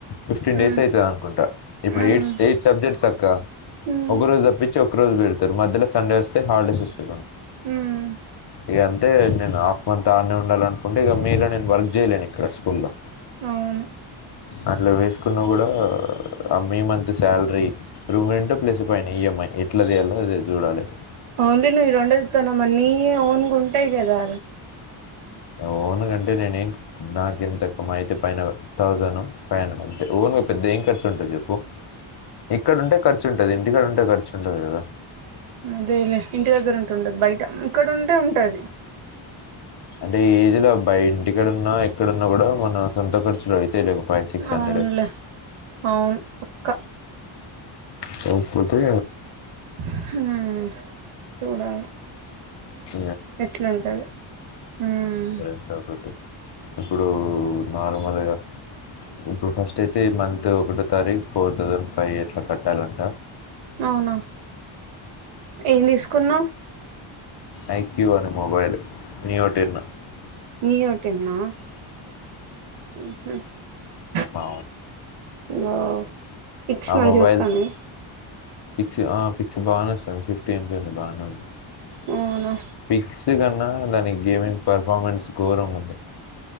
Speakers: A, on the left (about 50°); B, on the right (about 80°).
A: ఫిఫ్టీన్ డేస్
B: ఉమ్
A: అయితది అనుకుంటా ఇప్పుడు
B: ఉమ్
A: ఎయిట్స్ ఎయిట్ సబ్జెక్ట్స్ అక్క
B: ఉమ్
A: ఒక రోజు తప్పించి ఒక రోజు పెడతారు మధ్యలో సండే వస్తే హాలిడేస్ వస్తే
B: ఉమ్
A: ఇక అంతే నేను హాఫ్ మంత్ ఆనే ఉండాలనుకుంటే ఇక మీలో నేను వర్క్ చేయలేను ఇక్కడ స్కూల్లో
B: అవును
A: అట్లా వేసుకున్నా కూడా ఆ మేమంత శాలరీ రూమ్ రెంట్ ప్లస్ పైన ఈఎంఐ ఎట్లా తీయాలో అది చూడాలి
B: ఓన్లీ నువ్వు ఈ రెండు చెపుతున్నావ్ మరి ఓన్ గా ఉంటాయి కదా
A: నా ఓన్ గా అంటే నేనే నాకెంత ఒక మించి పైన థౌసండ్ ఫ్యాన్ అంతే ఏం ఖర్చు ఉంటది చెప్పు ఇక్కడుంటే ఖర్చు ఉంటది ఇంటికాడ ఉంటే ఖర్చు ఉండదు కదా
B: అదేలే ఇంటి దగ్గర ఉంటే ఉండదు బయట ఇక్కడ ఉంటే ఉంటది
A: అదే ఏజ్ లో అబ్బాయి ఇంటిక్కడన్నా ఎక్కడన్నా కూడా మన సొంత ఖర్చులు అయ్యి తెలుగు ఫైవ్ సిక్స్
B: అవునులే
A: హండ్రెడ్
B: అవును పక్క
A: పోకపోతే
B: మ్ చూడాలి
A: <unintelligible>
B: ఎట్లుంటది హ్మ్
A: రెండు ఒకటే ఇప్పుడు నార్మల్గా ఇప్పుడు ఫస్ట్ అయితే మంత్ ఒకటో తారీఖు ఫోర్ థౌసండ్ ఫైవ్ అట్లా కట్టాలంట
B: అవునా ఏం తీసుకున్నావ్
A: ఐ క్యువ్ అను మొబైల్ <unintelligible>
B: న్యూ <unintelligible>
A: ఆ
B: వావ్ పిక్స్
A: ఆ
B: మంచిగ
A: మొబైల్
B: వస్తున్నాయా
A: పిక్స్ ఆ పిక్స్ బాగానే వస్తుంది ఫిఫ్టీ ఏం బి ఉంది బాగానే ఉంది
B: అవునా
A: ఫిక్స్ కన్నా దాని గేమింగ్ పర్ఫార్మెన్స్ ఘోరంగా ఉంది